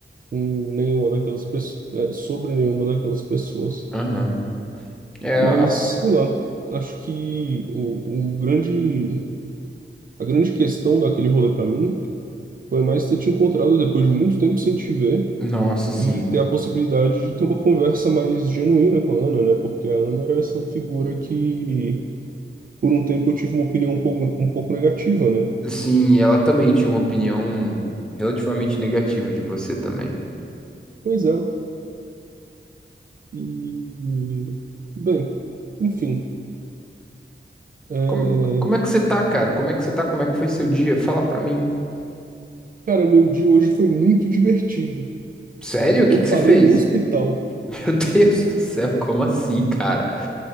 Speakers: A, on the right; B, in the centre.
A: com nenhuma daquelas pessoas, sobre nenhuma daquelas pessoas.
B: Aham. É
A: Mas,
B: a
A: sei lá, acho que o, o grande, a grande questão daquele rolê para mim foi mais ter te encontrado depois de muito tempo sem te ver
B: Nossa, sim.
A: e ter a possibilidade de ter uma conversa mais genuína com a Ana, né? Porque a Ana era essa figura que por um tempo eu tive uma opinião um pouco, um pouco negativa, né?
B: Sim, ela também tinha uma opinião relativamente negativa de você também.
A: Pois é. E, bem, enfim. é,
B: Como, como é que você tá, cara? Como é que você tá? Como é que foi seu dia? Fala pra mim.
A: Cara, meu dia hoje foi muito divertido.
B: Sério? O
A: Eu
B: que que
A: parei
B: você fez?
A: no hospital.
B: <laughs> Meu Deus do céu, como assim, cara?